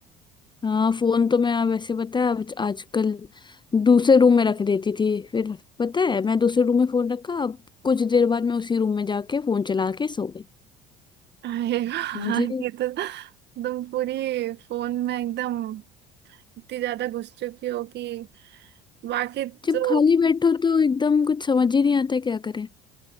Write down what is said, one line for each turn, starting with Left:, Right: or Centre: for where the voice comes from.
Left: हाँ फोन तो मैं वैसे पता है आज- आजकल दूसरे रूम में रख देती थी फिर पता है मैं दूसरे रूम में फोन रखा अब कुछ देर बाद मैं उसी रूम में जाके फोन चला के सो गई
Right: <laughs> अरे वाह,
Left: मुझे
Right: ये तो तुम पूरी फोन में एकदम इतनी ज्यादा घुस चुकी हो कि बाकी
Left: जब
Right: तो
Left: खाली बैठो तो एकदम कुछ समझ ही नहीं आता क्या करें